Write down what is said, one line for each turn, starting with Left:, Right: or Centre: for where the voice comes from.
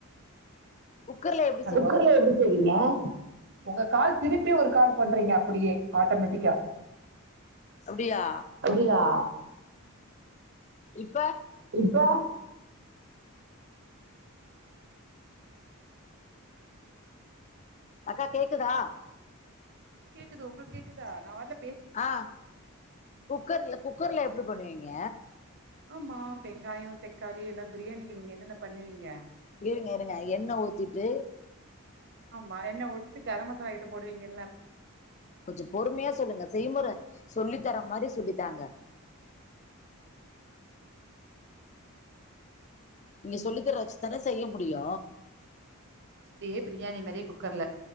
Left: குக்கர்ல எப்
Right: குக்கர்ல எப்படி செய் உங்க கால் திருப்பி ஒரு கால் பண்றீங்க அப்டியே ஆட்டோமேட்டிக்கா
Left: அப்டியா
Right: அப்டியா
Left: இப்ப
Right: இப்ப
Left: அக்கா கேக்குதா
Right: கேக்குது உங்களுக்கு கேக்குதா நாபாட்ல
Left: ஆ குக்கர்ல குக்கர்ல எப்டி பண்ணுவீங்க
Right: ஆமா வெங்காயோ தக்காளி எல்லா பிரியாணிக்கு நீங்க என்னென்ன பண்ணுவீங்க
Left: இருங்க இருங்க எண்ண ஊத்திட்டு
Right: ஆமா என்ன ஊத்திட்டு கரம் மசாலா ஐட்டம் போடுவீங்கல்ல
Left: கொஞ்சோ பொறுமையா சொல்லுங்க செய்முற சொல்லி தர மாரி சொல்லித்தாங்க நீங்க சொல்லி தர வச்சு தான செய்ய முடியு
Right: அப்டியே பிரியாணி மாரியே குக்கர்ல